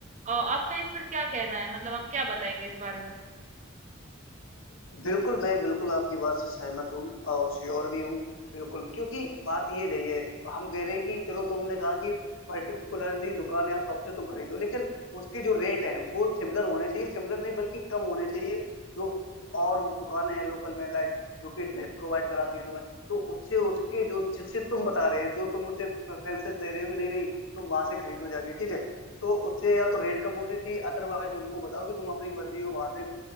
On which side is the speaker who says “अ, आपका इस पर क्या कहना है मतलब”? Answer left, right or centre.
Right